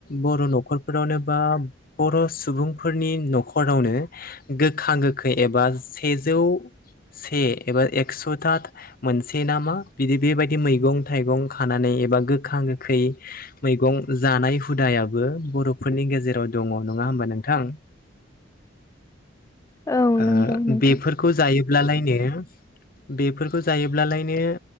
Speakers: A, on the left; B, on the left.
A: बर' न'खरफोरावनो बा बर' सुबुंफोरनि न'खरावनो गोखा गोखै एबा सेजौ से एबा एक्स'था मोनसे नामा बिदि बेबायदि मैगं थाइगं खानानै एबा गोखा गोखै मैगं जानाय हुदायाबो बर'फोरनि गेजेराव दङ नङा होमबा नोंथां?
B: औ
A: ओ
B: नंगौ नोंथां
A: बेफोरखौ जायोब्लालायनो बेफोरखौ जायोब्लालायनो